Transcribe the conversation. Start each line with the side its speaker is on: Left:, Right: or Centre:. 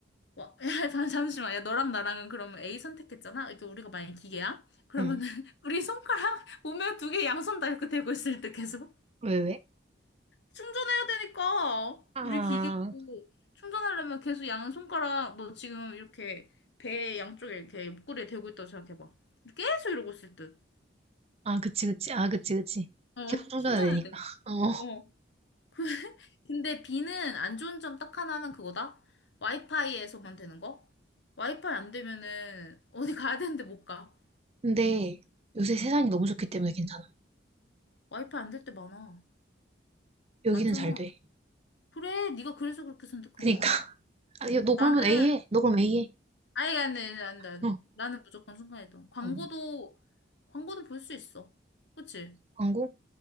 Left: 와, <laughs> 야, 잠- 잠시만. 야, 너랑 나랑은 그러면 A 선택했잖아. 이게 우리가 만약에 기계야? 그러면은
Right: 응.
Left: <laughs> 우리 손가락 보면 두 개 양손 다 이렇게 들고 있을 때 계속
Right: 왜, 왜?
Left: 충전해야 되니까
Right: 아,
Left: 우리 기계도 충전하려면 계속 양손가락 너 지금 이렇게 배 양쪽에 이렇게 옆구리에 대고 있다고 생각해봐. 계속 이러고 있을 듯.
Right: 아, 그치, 그치. 아, 그치, 그치.
Left: 어,
Right: 계속 충전해야
Left: 충전해야
Right: 되니까.
Left: 돼.
Right: <laughs> 어.
Left: 어. 그 근데 비는 안 좋은 점 딱 하나는 그거다. 와이파이에서만 되는 거? 와이파이 안 되면은 어디 가야 되는데 못 가.
Right: 근데 요새 세상이 너무 좋기 때문에 괜찮아.
Left: 와이파이 안 될 때 많아.
Right: 여기는
Left: 많잖아.
Right: 잘 돼.
Left: 그래, 네가 그래서 그렇게 선택한
Right: 그니까.
Left: 거야.
Right: <laughs> 아, 니 너 그러면
Left: 나는
Right: A해. 너 그럼 A해.
Left: 아 아니 아니 아니 아니
Right: 어.
Left: 나는 무조건 순간이동. 광고도
Right: 응.
Left: 광고도 볼 수 있어. 그치?
Right: 광고?